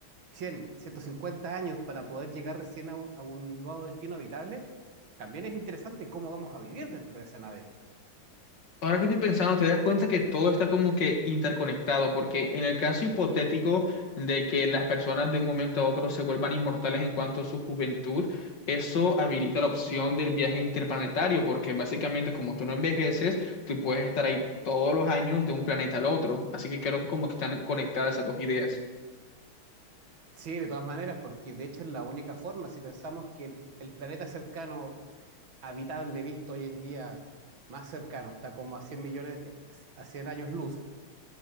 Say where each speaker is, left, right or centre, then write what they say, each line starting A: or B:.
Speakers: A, on the right; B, on the left.
A: 100, 150 años para poder llegar recién a, a un nuevo destino habitable, también es interesante cómo vamos a vivir dentro de esa nave.
B: Ahora que estoy pensando, te das cuenta que todo está como que interconectado, porque en el caso hipotético de que las personas de un momento a otro se vuelvan inmortales en cuanto a su juventud, eso habilita la opción del viaje interplanetario, porque básicamente como tú no envejeces, tú puedes estar ahí todos los años de un planeta al otro. Así que creo que como que están conectadas esas dos ideas.
A: Sí, de todas maneras, porque de hecho es la única forma, si pensamos que el, el planeta cercano habitable visto hoy en día más cercano está como a cien millones de, a 100 años luz,